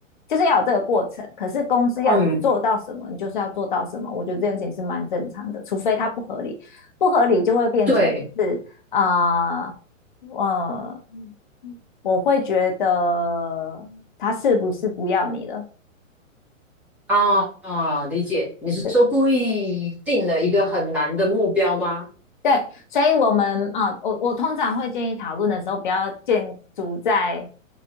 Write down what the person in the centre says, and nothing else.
嗯，
对
啊啊，理解。你是说故意定了一个很难的目标吗？